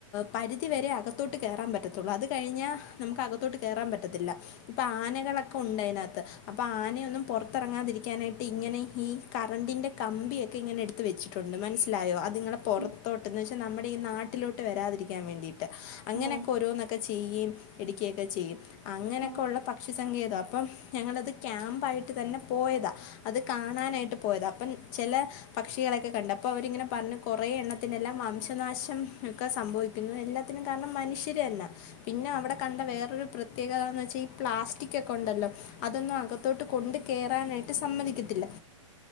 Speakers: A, on the left; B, on the right.
A: പരിധിവരെ അകത്തോട്ട് കയറാൻ പറ്റത്തുള്ളൂ അത് കഴിഞ്ഞാൽ നമുക്ക് അകത്തോട്ട് കയറാൻ പറ്റത്തില്ല. ഇപ്പൊ ആനകളൊക്കെ ഉണ്ട് അതിനകത്ത് അപ്പൊ ആനയൊന്നും പുറത്തിറങ്ങാതിരിക്കാനായിട്ട് ഇങ്ങനെ ഈ കറണ്ടിൻ്റെ കമ്പിയൊക്കെ ഇങ്ങനെ എടുത്ത് വെച്ചിട്ടുണ്ട് മനസ്സിലായോ അതിങ്ങളെ പുറത്തോട്ട്
B: ഉം
A: എന്ന് വെച്ചാൽ നമ്മുടെ ഈ നാട്ടിലോട്ട് വരാതിരിക്കാൻ വേണ്ടിയിട്ട് അങ്ങനെയൊക്കെ
B: ഓ
A: ഓരോന്നൊക്കെ ചെയ്യുകയും ഇടുക്കുകയൊക്കെ ചെയ്യും അങ്ങനെയൊക്കെ
B: ഓ
A: ഉള്ള പക്ഷിസങ്കേതം അപ്പം ഞങ്ങളത് ക്യാമ്പായിട്ട് തന്നെ പോയതാ അത് കാണാനായിട്ട് പോയതാ അപ്പം ചില പക്ഷികളൊക്കെ കണ്ട് അപ്പൊ അവരിങ്ങനെ പറഞ്ഞ് കുറേ എണ്ണത്തിനെല്ലാം വംശനാശം ഒക്കെ സംഭവിക്കുന്നു എല്ലാത്തിനും കാരണം മനുഷ്യർ തന്നെയാ പിന്നെ അവിടെ കണ്ട വേറൊരു പ്രത്യേകതന്ന് വെച്ചാൽ ഈ പ്ലാസ്റ്റിക് ഒക്കെ ഉണ്ടല്ലോ അതൊന്നും അകത്തോട്ട് കൊണ്ട് കയറാനായിട്ട് സമ്മതിക്കത്തില്ല